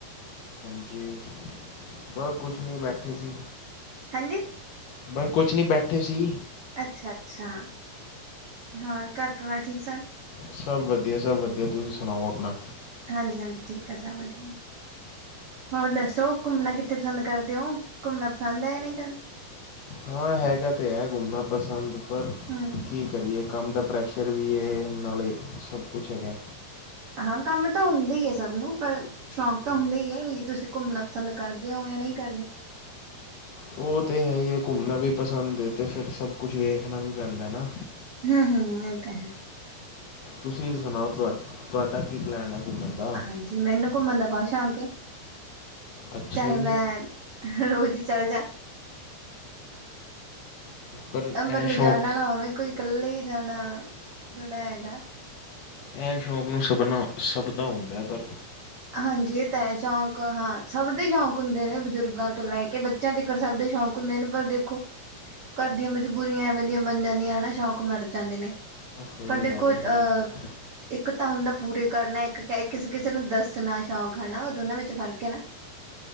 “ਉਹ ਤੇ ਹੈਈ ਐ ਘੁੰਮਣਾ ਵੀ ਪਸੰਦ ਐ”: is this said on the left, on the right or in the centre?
Left